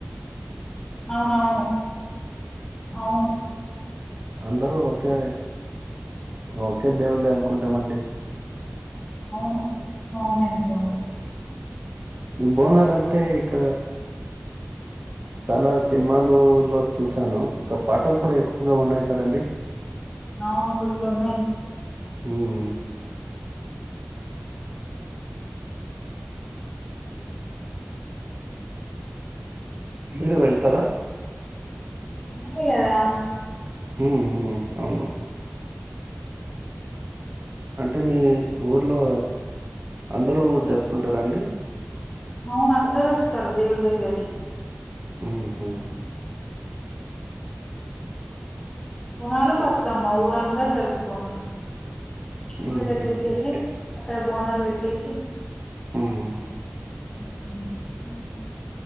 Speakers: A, on the left (about 20°); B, on the right (about 55°).
A: అవును అవును అవును
B: అందరూ ఓకే ఓకే దేవుళ్ళే అనుకుంటామండి
A: అవును అవునండి అవును
B: బోనాల అంటే ఇక చాలా చినిమాలులో చూశాను ఒక పాటలు కూడా ఎక్కువగా ఉన్నాయి కదండడి
A: అవును ఫుల్ ఉన్నాయి
B: ఉమ్ మీరు వెళ్తారా
A: వెళ్ళాలి కదా
B: ఉ ఉ అవును అంటే మీ ఊర్లో అందరూ జరుపుకుంటారండి
A: అవునందరూ వస్తారు దేవుడి దగ్గరికి
B: ఉహు
A: బోనాలు పాతుకమ్మా ఊరాందరు జరుపుకుంట్రూ
B: హుహు.
A: గుడి దగ్గర్కి వెళ్ళి
B: ఓకే.
A: అక్కడ బోనాలు పెట్టేసి
B: హ్మ్.
A: ఆ ఆ ఆ